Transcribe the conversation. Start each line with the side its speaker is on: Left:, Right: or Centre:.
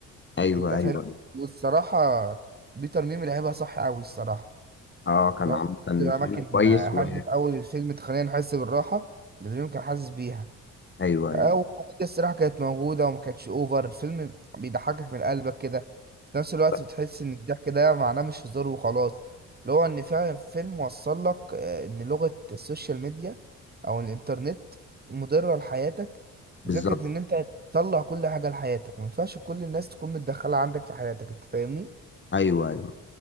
Left: أيوه
Right: انت فاهمني
Left: أيوه أيوه
Right: والصراحه بيتر ميمي لعبها صح قوي الصراحه
Left: أه كان
Right: لو
Left: عامة
Right: بتبقى اماكن
Left: فيلم كويس
Right: حد
Left: و
Right: في اول الفيلم تخلينا نحس بالراحه اللي دريم كان حاسس بيها
Left: أيوه أيوه
Right: او الكوميديا الصراحه كانت موجوده وما كانتش اوفر الفيلم بيضحكك من قلبك كده في نفس الوقت
Left: ب-
Right: بتحس ان الضحك ده معناه مش هزار وخلاص اللي هو ان فعلا الفيلم وصل لك آه، ان لغه السوشيال ميديا او الانترنت مضره لحياتك
Left: بالظبط
Right: بفكره ان انت تطلع كل حاجه لحياتك ما ينفعش كل الناس تكون متدخله عندك في حياتك انت فاهمني
Left: ايوه ايوه